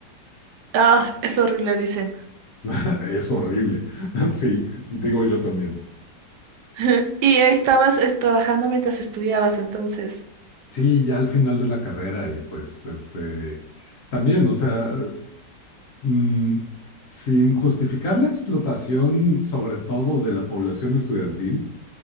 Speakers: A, on the right (about 75°); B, on the left (about 60°).
A: Ah, es horrible, dicen.
B: <laughs> Es horrible. <laughs> Sí, digo yo también.
A: <laughs> Y ahí estabas es, trabajando mientras estudiabas, entonces.
B: Sí, ya al final de la carrera y pues, este, también, o sea, mm, sin justificar la explotación, sobre todo de la población estudiantil.